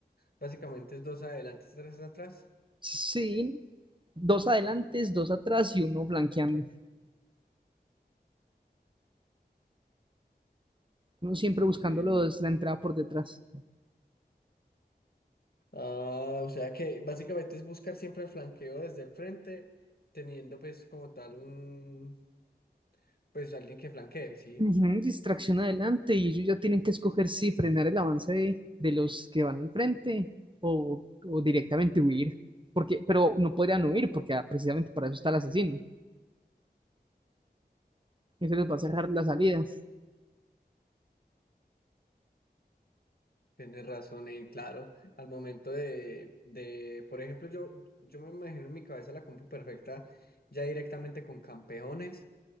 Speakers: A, on the left (about 60°); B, on the right (about 30°).
A: básicamente es dos adelante, tres atrás.
B: Sí, dos adelantes, dos atrás y uno flanqueando. Uno siempre
A: Entiendo.
B: buscándolos la entrada por detrás.
A: Ah, o sea que básicamente es buscar siempre el flanqueo desde el frente, teniendo pues como tal un, pues alguien que flanquee, ¿sí?
B: Ujú, distracción adelante y ellos ya tienen que escoger si frenar el avance de, de los que van al frente o, o directamente huir. Porque, pero no podrían huir porque ah, precisamente para eso está el asesino. Ese les va a cerrar la salida.
A: Tienes razón, eh, claro, al momento de, de, por ejemplo, yo, yo me imagino en mi cabeza la compu perfecta ya directamente con campeones,